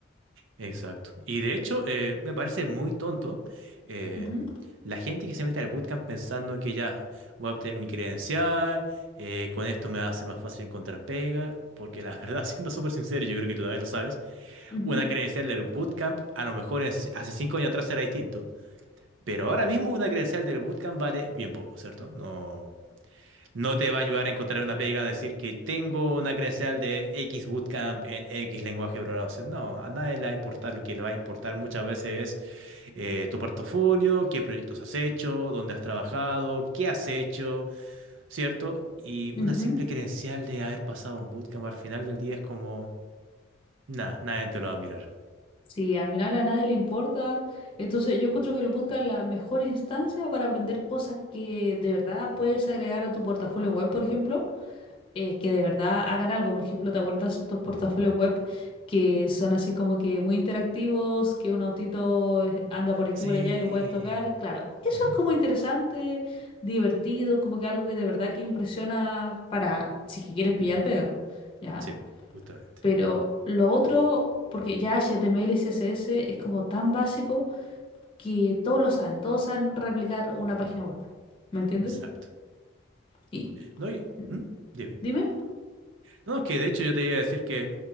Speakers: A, on the right; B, on the left.
A: Exacto. Y de hecho, eh, me parece muy tonto eh,
B: Ujú,
A: la gente que se mete al bootcamp pensando que ya voy a obtener mi credencial, eh, con esto me va a ser más fácil encontrar pega, porque la <laughs> verdad, siendo súper sincero, yo creo que tú también lo sabes.
B: ujú,
A: Una credencial del bootcamp, a lo mejor en- hace cinco años atrás era distinto, pero ahora mismo una credencial del bootcamp vale bien poco, ¿cierto? No, no te va a ayudar a encontrar una pega a decir que tengo una credencial de X bootcamp en X lenguaje de programación. No, a nadie le va a importar. Lo que le va a importar muchas veces es eh, tu portafolio, qué proyectos has hecho, dónde has trabajado, qué has hecho, ¿cierto? Y una
B: ujú.
A: simple credencial de haber pasado un bootcamp al final del día es como, nada, nadie te lo va a mirar.
B: Sí, al final a nadie le importa. Entonces yo encuentro que lo bootcamp es la mejor instancia para aprender cosas que de verdad puedes agregar a tu portafolio web, por ejemplo. eh, que de verdad hagan algo. Por ejemplo, ¿te acuerdas de estos portafolios web que son así como que muy interactivos, que un autito eh, anda por aquí,
A: Sí.
B: por allá y lo puedes tocar? Claro, eso
A: Ujú.
B: es como interesante, divertido, como que algo que de verdad que impresiona para si que quieres pillar pega, ¿ya?
A: Sí, po, justamente.
B: Pero lo otro, porque ya HTML y CSS es como tan básico que todos lo saben, todos saben replicar una página web. ¿Me entiendes?
A: Exacto.
B: Y, y-
A: No, y,
B: ¿Mm?
A: ¿Mm? Dime.
B: dime.
A: No, es que de hecho yo te iba a decir que